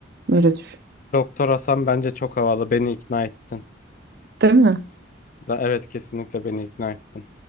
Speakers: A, on the right; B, on the left.
A: Böyle düşün.
B: Doktor Hasan bence çok havalı. Beni ikna ettin.
A: Değil mi?
B: Da, evet kesinlikle beni ikna ettin.